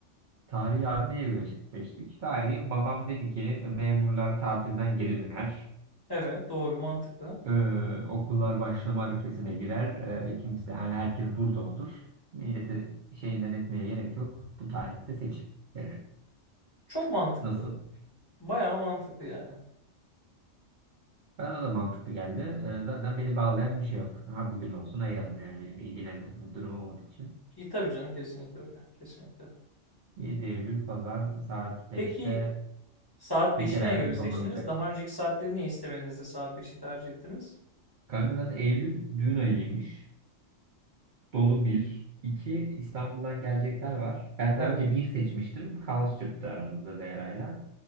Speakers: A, on the right; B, on the left.
A: Tarihi abi neye göre şey seçtik? Tarihi babam dedi ki memurlar tatilden geri döner.
B: Evet, doğru, mantıklı.
A: Ee, okullar başlama arifesine girer. Ee, kimse yani herkes burada olur. Milleti şeyinden etmeye gerek yok. Bu tarihte seçim. Yani
B: Çok mantıklı.
A: nasıl?
B: Bayağı mantıklı yani.
A: Bana da mantıklı geldi. Ee, Zaten beni bağlayan bir şey yok. Ha bugün olsun ha yarın yani beni ilgilendiren bir durum olmadığı için.
B: İyi tabii canım kesinlikle öyle. Kesinlikle.
A: 7 Eylül pazar saat beşte
B: Peki saat
A: e,
B: beşi
A: bekar
B: neye
A: hayatım
B: göre
A: sonlanacak.
B: seçtiniz? Daha önceki saatleri niye istemediniz de saat beşi tercih ettiniz?
A: Kanka zaten Eylül düğün ayıymış. Dolu bir. İki İstanbul'dan gelecekler var. Ben
B: Evet.
A: daha önce bir seçmiştim. Kaos çıktı aramızda Değera'yla.